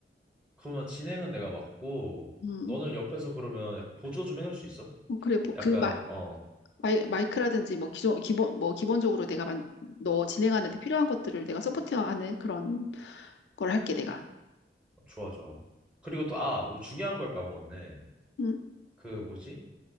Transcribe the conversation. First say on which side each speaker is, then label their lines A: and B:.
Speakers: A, in the centre; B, on the left.
A: 그러면 진행은 내가 맡고
B: 음,
A: 너는 옆에서 그러면 약간 보조 좀 해줄 수 있어?
B: 어, 그래. 뭐,
A: 약간
B: 그 마,
A: 어
B: 마이, 마이크라든지 뭐 기존 기본 뭐 기본적으로 내가 만, 너 진행하는 데 필요한 것들을 내가 서포트하는 그런 걸 할게 내가.
A: 좋아 좋아 그리고 또 아 우리 중요한 걸 까먹었네
B: 음.
A: 그 뭐지?